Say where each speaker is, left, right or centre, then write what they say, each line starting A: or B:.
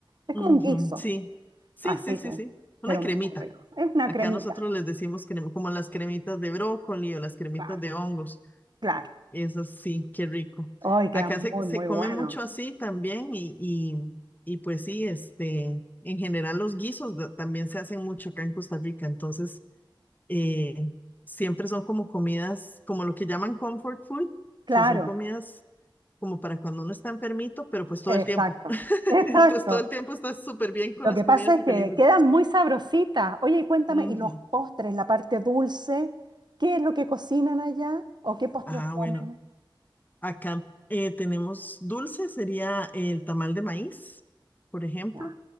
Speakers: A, on the right; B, on the left.
A: Es
B: Ujú,
A: como un guiso,
B: sí, sí,
A: así
B: sí, sí,
A: que,
B: sí. Una
A: pero
B: cremita.
A: muy rico. Es una
B: Acá
A: cremita,
B: nosotros les decimos crema, como las cremitas de brócoli o las cremitas
A: claro,
B: de hongos.
A: claro.
B: esas sí, qué rico.
A: Ay, queda
B: Acá
A: muy,
B: se, se
A: muy
B: come
A: bueno.
B: mucho así también y, y, y pues sí, este, en general los guisos da- también se hacen mucho acá en Costa Rica. Entonces, eh, siempre son como comidas, como lo que llaman comfort food,
A: Claro,
B: que son comidas como para cuando uno está enfermito, pero pues todo
A: exacto,
B: el tiempo. <laughs>
A: exacto.
B: Entonces todo el tiempo estás súper bien con
A: Lo
B: las
A: que
B: comidas
A: pasa es
B: y
A: que
B: felices.
A: quedan muy sabrositas. Oye, y cuéntame,
B: Ujú.
A: ¿y los postres, la parte dulce? ¿Qué es lo que cocinan allá o qué postres
B: Ah,
A: comen?
B: bueno, acá eh, tenemos dulce, sería el tamal de maíz, por ejemplo,
A: Ya,